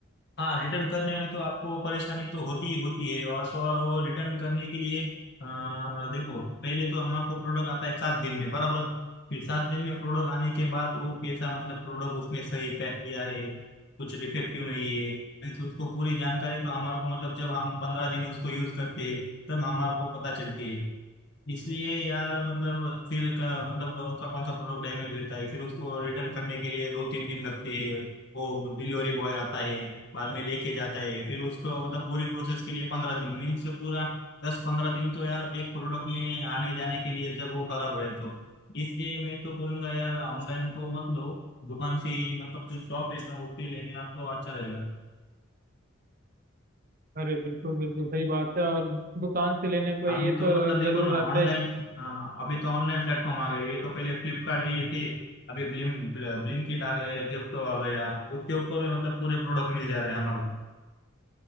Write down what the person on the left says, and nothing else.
हाँ रिटर्न करने में तो आपको परेशानी तो होती ही होती है और तो और वो रिटर्न करने के लिए अ, देखो पहले तो हमारे को प्रोडक्ट आता है सात दिन में बराबर फिर सात दिन में प्रोडक्ट आने के बाद वो कैसा मतलब प्रोडक्ट उसने सही पैक किया है कुछ डिफेक्टिव नहीं है मीन्स उसको पूरी जानकारी तो हमारे को मतलब जब हम पंद्रह दिन उसको यूज करते हैं तब हमारे को पता चलती है इसलिए या मतलब फिर का मतलब कौन सा कौन सा प्रोडक्ट डैमेज रहता है फिर उसको रिटर्न करने के लिए दो तीन दिन लगते हैं वो डिलीवरी बॉय आता है बाद में लेके जाता है फिर उसको मतलब पूरी प्रोसेस के लिए पंद्रह दिन मीन्स पूरा दस पंद्रह दिन तो यार एक प्रोडक्ट में आने जाने के लिए जब वो खराब रहे तो इसलिए मैं तो बोलूंगा यार ऑनलाइन तो मत लो दुकान से ही, मतलब जो शॉप है ना उससे लेने आप तो अच्छा रहेगा
अभी
तो
मतलब देखो
ना
ऑनलाइन
हाँ हाँ अभी तो ऑनलाइन प्लेटफॉर्म आ गए ये तो पहले फ्लिपकार्ट ये थे अभी ब्लिंक ब्लिंकिट आ गए जेप्टो आ गया उसके ऊपर भी मतलब पूरे प्रोडक्ट मिल जा रहे हैं हमारे को